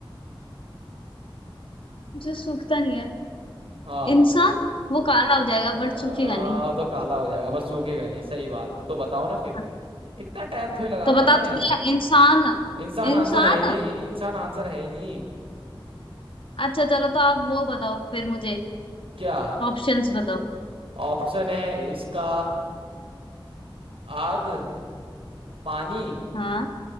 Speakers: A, on the left; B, on the right.
A: जो सूखता नहीं है
B: हाँ
A: इंसान वो काला हो
B: आ,
A: जाएगा बट सूखेगा नहीं
B: वो तो काला हो जाएगा बस सूखेगा नहीं सही बात तो बताओ ना फिर
A: हाँ,
B: इतना टेंथ में लगाते
A: तो बता
B: हैं
A: तो दिया इंसान
B: इंसान आंसर
A: इंसान
B: है ही नहीं इंसान आंसर है ही नहीं
A: अच्छा चलो तो आप वो बताओ फिर मुझे
B: क्या
A: ऑप्शंस बताओ
B: ऑप्शन है इसका आग पानी
A: हाँ